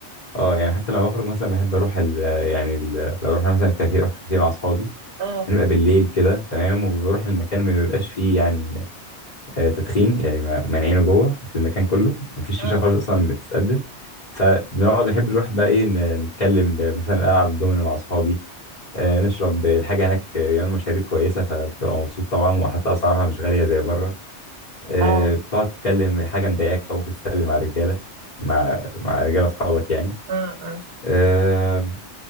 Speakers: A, on the left; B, on the right.
A: اه يعني حتى لما بخرج مثلا بحب اروح ال يعني ال لو رحنا مثلا كافيه رحت كافيه مع اصحابي
B: مم.
A: بنبقى بالليل كده تمام وبروح المكان ما بيبقاش فيه يعني آه، تدخين يعني ما- مانعينه جوه في المكان كله ما فيش
B: مم.
A: شيشه خالص اصلا بتتقدم فبنقعد بنحب نروح بقى ايه ن- نتكلم آه، مثلا العب الدومينو مع اصحابي آه، نشرب الحاجه هناك آه، بيعملوا مشاريب كويسه فبتبقى مبسوط طبعا وحتى اسعارها مش غاليه زي بره آه،
B: اه
A: بتقعد تتكلم حاجه مضايقاك طب ممكن تتكلم مع رجاله مع مع رجاله اصحابك يعني
B: مم. مم.
A: آه،